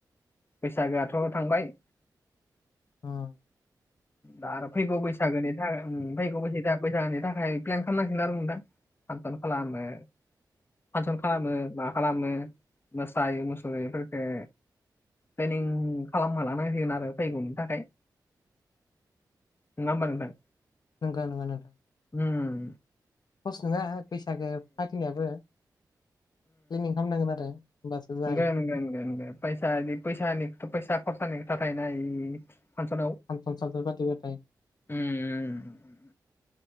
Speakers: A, on the left; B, on the left.
A: बैसागोआथ' थांबाय
B: उम।
A: दा आरो फैगौ बैसागोनि था ओम फैगौ बैसाग जाहा फैसानि थाखाय प्लेन खालामनांसिगोन आरो नोंथां फानसन खालामनो? फासन खालामो, मा खालामो मोसायो, मुसुर बेफोरफोरखौ प्लेनिं खालाम खालांनांसिगोन आरो फैगौनि थाखाय नङा होमबा नोंथां?
B: नोंगौ नोंगो नोंथां
A: ओम
B: सहस्नङा बैसागो फाथिनायाबो, प्रेनिं खालामनांगोन आरो। होमबासो जाहैयो
A: नोंगो, नोंगो, नोंगो, नोंगो, फैसा बिदि फैसानिथ फैसा खरसानि थाखायनो इ फांसनाव
B: फान्सन सान्सन जाफ्लेबाय थायो।
A: उम, उम, उम।